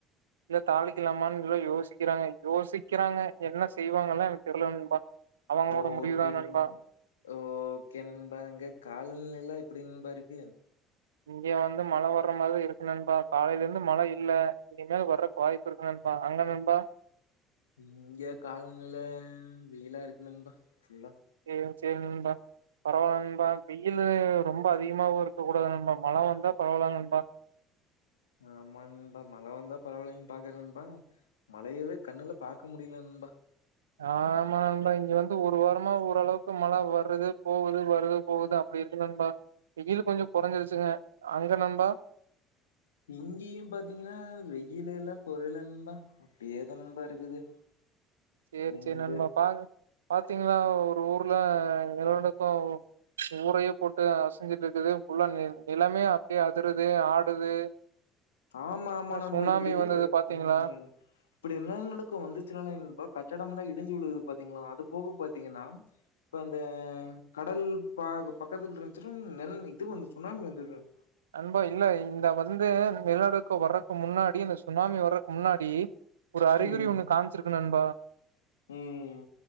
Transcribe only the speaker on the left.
ஓகேங்
ஓகே நண்பாங்க காலநிலையிலா எப்டி நண்பா இருக்கு
இங்க காலநில வெயிலா இருக்கு நண்பா ஃபுல்லா
ஆமா நண்பா மழை வந்தா பரவாயில்லைன்னு பாக்கறே நண்பா மழையவே கண்ணுல பாக்க முடியல நண்பா
இங்கேயும் பாத்தீங்கன்னா வெயிலுல்லா குறையல நண்பா அப்டியே தா நண்பா இருக்குது
இங்க
ஆமா ஆமா நண்பா
இப்டி இல்ல
ம் இப்டி நிலநடுக்கம் வந்துச்சுனே நண்பா கட்டடம் எல்லா இடிஞ்சு விழுது பாத்தீங்களா அது போக பாத்தீங்கன்னா இப்ப அந்த கடல் ப பக்கத்துல இருந்துச்சும் நெல் இது வந்து சுனாமி வந்துருறது
ம்
ம்